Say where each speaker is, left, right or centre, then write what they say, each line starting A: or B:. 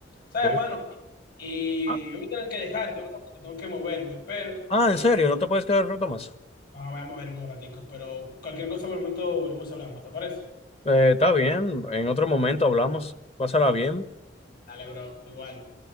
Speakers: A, on the left; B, on the left.
A: ¿Sabes,
B: Oh.
A: hermano? Y
B: Ah,
A: yo voy a tener que dejarte, bro, porque tengo que moverme, pero...
B: Ah,
A: y-
B: ¿en serio? ¿No te puedes quedar un rato más?
A: Ah, voy a moverme un ratico, pero cualquier cosa por el momento volvemos y hablamos, ¿te parece?
B: Eh, está bien, en otro momento hablamos. Pásala bien.
A: Dale, bro, igual.